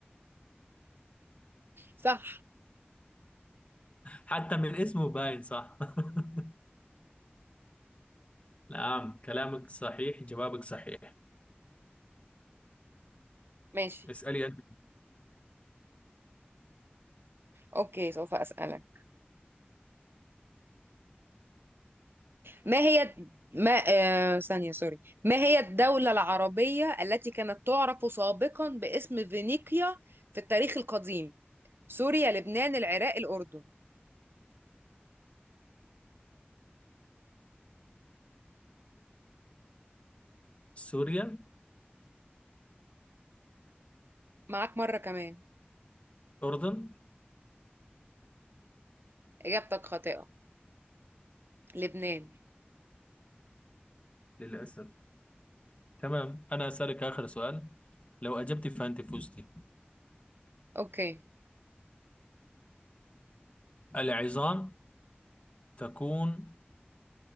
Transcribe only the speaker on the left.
حتى من اسمه باين صح <laughs> نعم كلامك صحيح جوابك صحيح
اسألي أنت
سوريا
أردن
للأسف تمام أنا أسألك آخر سؤال لو أجبت فأنت فزتي
العظام تكون